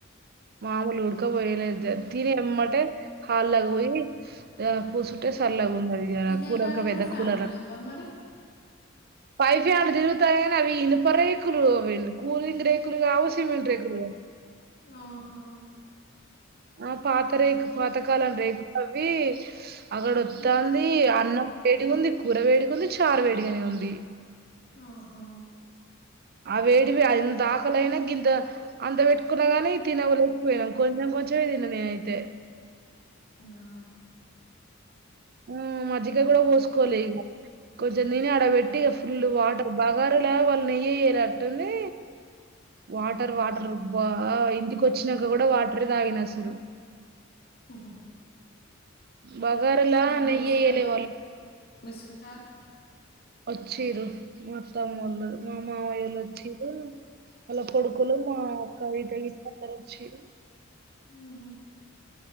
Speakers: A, on the right (about 50°); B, on the left (about 50°).
A: మాములు ఉడక పోయలేదు తిని ఎంబటే హాల్ లోకి పోయి య కూసుంటే సల్లగ ఉన్నదిగ
B: తినే
A: కూలర్
B: కాడ
A: క
B: కూడా
A: పెద్ద
B: ఫ్యాన్లు
A: కూలర్
B: లేవ్వా మరి
A: పై ఫ్యాన్లు తిరుగతనాయి కానీ అవి ఇనుప రేకులు అవి కూలింగ్ రేకులు కావు సిమెంట్ రేకులు
B: ఆహా
A: ఆ పాత రేకు పాతకాలం రేకు అవి అక్కడొత్తంది
B: ఉమ్.
A: అన్న వేడిగా ఉంది కూర వేడిగా ఉంది చారు వేడిగనె ఉంది
B: ఆహా
A: ఆ వేడివి ఎంతాకాలైన గింత అంత పెట్టుకున్నగానీ తినవలేకపోయినం కొంచెం కొంచెమే తిన్న నేనైతే
B: అవునా
A: ఉమ్ మజ్జిగ గూడా పోస్కోలే ఇగ కొంచెం తిని ఆడ పెట్టి ఫుల్ వాటర్ బగారులా వాళ్ళు నెయ్యి ఏయలే అట్టుంది వాటర్ వాటర్ ఉబ్బ ఇంటిక వచ్చినంక కూడా వాటరే తాగిన అసలు
B: హు హుమ్
A: బగారాలా
B: వచ్చి
A: నెయ్యేయ్యలే
B: ర
A: వాళ్ళు.
B: మి సుట్టాలు
A: ఒచ్చిరు మా అత్తమోళ్ళు మా మామయోలోచ్చిరు వాళ్ళ కొడుకులు మా అక్క ఇ అందరొచ్చిరు
B: ఉమ్ హు